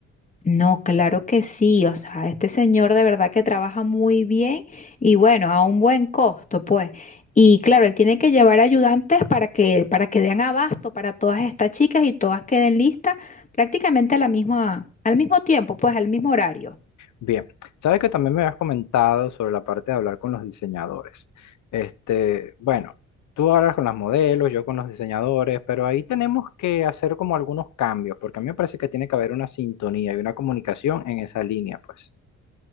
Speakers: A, on the left; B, on the left.
A: no, claro que sí, o sea, este señor de verdad que trabaja muy bien y bueno, a un buen costo, pues. Y claro, él tiene que llevar ayudantes para que, para que den abasto para todas estas chicas y todas queden listas prácticamente a la misma, al mismo tiempo, pues al mismo horario.
B: Bien, sabes que también me habías comentado sobre la parte de hablar con los diseñadores. Este, bueno, tú hablas con las modelos, yo con los diseñadores, pero ahí tenemos que hacer como algunos cambios, porque a mí me parece que tiene que haber una sintonía y una comunicación en esa línea, pues.